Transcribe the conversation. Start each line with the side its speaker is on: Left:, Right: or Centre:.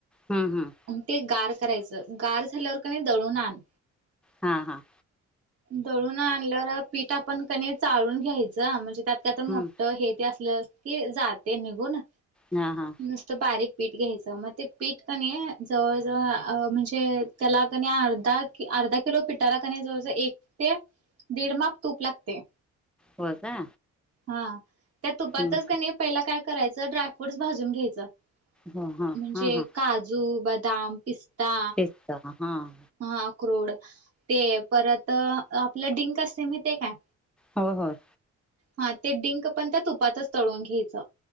Centre: हम्म हम्म,
Right: ते गार करायचं गार झाल्यावर का नाय दळून आण.
Centre: हा हा,
Right: दळून आणल्यावर पीठ आपण क नाय चाळून घ्यायचं म्हणजे त्यात. त्यात मोठं
Centre: हम्म
Right: हे ते असलं की, जाते निघून.
Centre: हा हा,
Right: नुसतं बारीक पीठ घ्यायचं म ते पीठ कनी जवळजवळ अ म्हणजे त्याला कणी अर्धा. की अर्धा किलो पिठाला का नाही जवळजवळ एक ते दीड माप तूप लागतेय.
Centre: होय का,
Right: हा त्या तुपातच
Centre: हम्म
Right: क नाही पहिला काय करायचं ड्रायफ्रूटस भाजून घ्यायचं.
Centre: हो हा
Right: म्हणजे
Centre: हा हा
Right: काजू बदाम पिस्ता.
Centre: <unintelligible> च्छ हा हां
Right: हा अक्रोड ते परत अ आपलं डिंक असते माहितेय काय.
Centre: होय होय,
Right: हा ते डिंक पण त्या तुपातच तळून घ्यायचं.